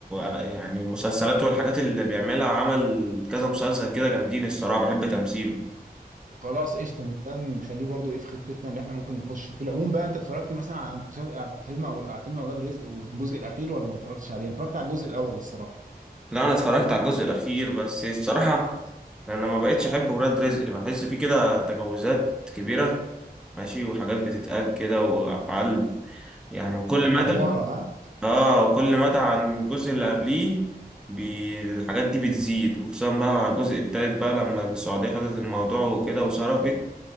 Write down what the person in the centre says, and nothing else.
أغ- يعني المسلسلات والحاجات اللي بيعملها عمل كذا مسلسل كده جامدين الصراحة بحب تمثيله
لا انا اتفرجت على الجزء الاخير بس الصراحة انا ما بقتش احب ولاد رزق بحس فيه كده تجاوزات كبيرة ماشي وحاجات بتتقال كده وافعال يعني وكل
مدى
اه كل مدى عن الجزء اللي قبليه بي... الحاجات دي بتزيد وخصوصا بقى مع الجزء التالت بقى لما السعودية خدت الموضوع وكده وصرفت